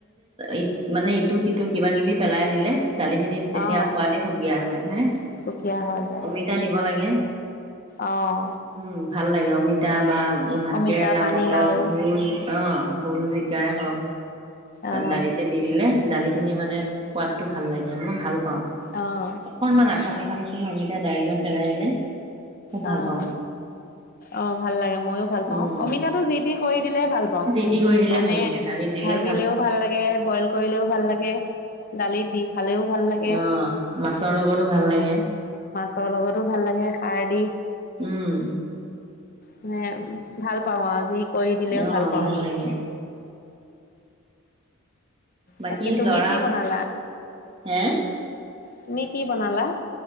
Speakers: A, on the right; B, on the left.
A: ই মানে ইটো সিটো কিবা কিবি পেলাই দিলে, দালিখিনি। তেতিয়া
B: অ',
A: সোৱাদে সুকীয়া হয়, হয়নে?
B: সুকীয়া হৈ যায়
A: অমিতা দিব লাগে।
B: অহ
A: উম', ভাল লাগে অমিত ক <unintelligible> ত বা ভাত
B: অমিতা
A: কেৰেলা,
B: পানীলাও
A: পটল, ভোল, অ ভোল জ গাই হওক।
B: অহ
A: দালিতে দি দিলে দালি খিনি মানে পোৱাতো ভাল লাগে মই ভাল পাওঁ।
B: অহ
A: অকনমান আধা পকা নিচিনা অমিতা দাইলত পেলাই দিলে খুব ভাল
B: অ',
A: পাওঁ মই
B: অ ভাল লাগে মইয়ো ভাল
A: উম
B: পাওঁ। অমিতাটো যি টি কৰি দিলে ভাল পাওঁ,
A: যি টি কৰি দিলে
B: মানে
A: ভাল লাগে দালিত দিলেও
B: ভাজিলেও ভাল লাগে, বইল কৰিলেও ভাল লাগে দালিত দি খালেও ভাল লাগে
A: অ', মাছৰ লগতো ভাল লাগে।
B: ৰ লগতো ভাল লাগে, সাৰ দি
A: উম',
B: মানে ভাল পাওঁ আৰু যি কৰি দিলেও
A: অ
B: ভাল পাওঁ মানে।
A: লাগে বাকী
B: তাকে তুমি
A: লৰা
B: কি বনালা?
A: হে
B: তুমি কি বনালা?